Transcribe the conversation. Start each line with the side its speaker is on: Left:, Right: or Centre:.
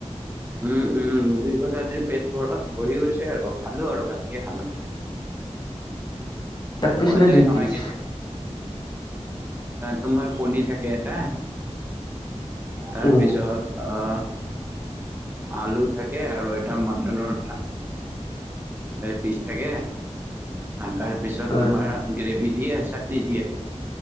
Right: উম উম দুইশ সঠি টকাত পেট ভৰা ভৰি গৈছে আৰু খালো আৰু ভালকে খালো
Left: এক পিচ
Right: খোৱা
Left: নে
Right: যায়
Left: দুই
Right: নহয়
Left: পিচ
Right: কেত তোমাৰ কণী থাকে এটা তাৰ
Left: উম
Right: পিছত আহ আলু থাকে আৰু এটা মাটনৰ এ পিচ থাকে তাৰপিছত
Left: হয়।
Right: তোমাৰ গ্ৰেভি দিয়ে চাটনি দিয়ে